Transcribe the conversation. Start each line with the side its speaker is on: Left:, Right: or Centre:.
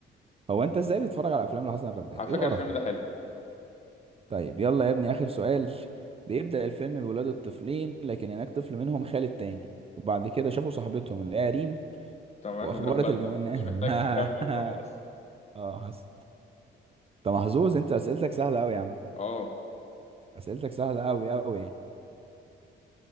Right: هو انت ازاي بتتفرج على افلام لحسن الرداد؟
Left: على فكرة
Right: ايه القرف
Left: الفيلم
Right: ده؟
Left: ده حلو
Right: طيب يلا يا ابني اخر سؤال بيبدأ الفيلم بولاد الطفلين لكن هناك طفل منهم خالد تاني وبعد كده شافوا صاحبتهم اللي هي ريم
Left: تمام
Right: واخبرت
Left: ده بدلة
Right: الجميع انها
Left: مش محتاج تكمل خلاص
Right: <laughs> اه حسن انت محظوظ انت اسئلتك سهلة قوي يا عم
Left: اه
Right: اسئلتك سهلة قوي قوي يعني